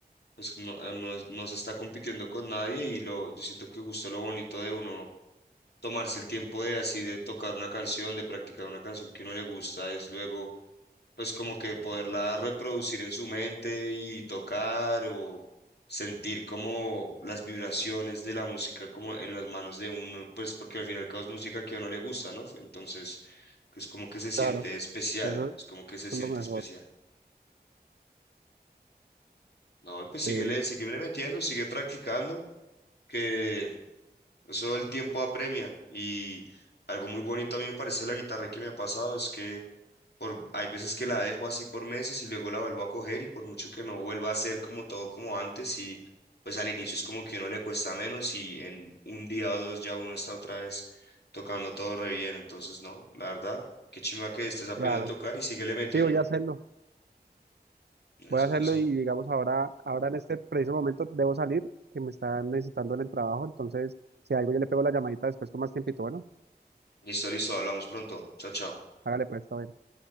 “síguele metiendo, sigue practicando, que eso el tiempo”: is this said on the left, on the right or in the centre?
Left